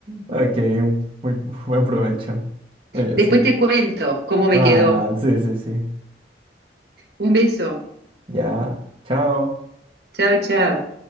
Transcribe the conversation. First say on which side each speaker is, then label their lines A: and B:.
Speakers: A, on the right; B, on the right.
A: Ok, un- muy bu- buen provecho. Muy bien,
B: Después
A: sí.
B: te cuento cómo me
A: Nada,
B: quedó.
A: sí, sí, sí.
B: Un beso.
A: Ya, chao.
B: Chao, chao.